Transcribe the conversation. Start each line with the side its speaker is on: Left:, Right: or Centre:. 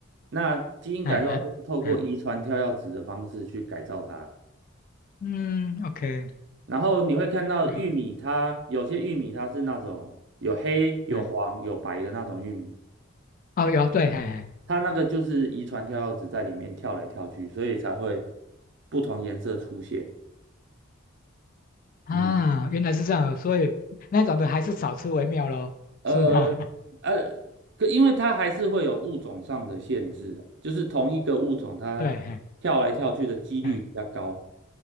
Right: 那基因改造就是透过遗传跳跃子的方式去改造它。
Left: 哎，还，哎，嗯，OK，
Right: 然后你会看到玉米它，
Left: 有，
Right: 有些玉米它是那种有黑、有黄、
Left: 嗯，
Right: 有白的那种玉米，
Left: 哦，有，对，嘿嘿，
Right: 它那个就是遗传跳跃子在里面跳来跳去，所以才会不同颜色出现。
Left: 啊，
Right: 嗯，
Left: 原来是这样，所以那种的还是少吃为妙咯，
Right: 呃呃，
Left: 是吗？<laughs>
Right: 可因为它还是会有物种上的限制啊，就是同一个物种它跳来跳去的几率比较高。
Left: 对，嘿，嗯，